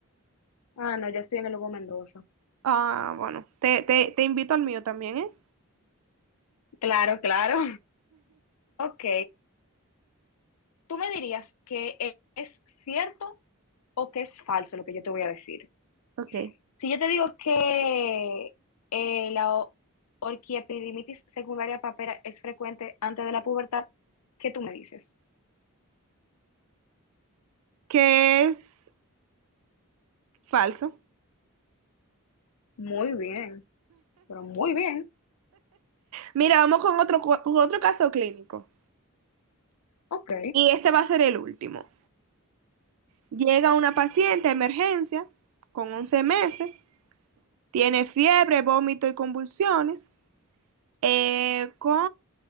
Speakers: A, on the left (about 80°); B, on the right (about 70°).
A: Ah, no, yo estoy en el Hugo Mendoza.
B: Ah, bueno, te, te, te invito al mío también, ¿eh?
A: Claro, claro. Ok, tú me dirías que e- es cierto o que es falso lo que yo te voy a decir.
B: Ok.
A: Si yo te digo que eh, la o- orquiepididimitis secundaria papera es frecuente antes de la pubertad, ¿qué tú me dices?
B: Que es falso.
A: Muy bien, pero muy bien.
B: Mira, vamos con otro, cu- con otro caso clínico.
A: Ok.
B: Y este va a ser el último. Llega una paciente de emergencia con 11 meses, tiene fiebre, vómito y convulsiones, eh, con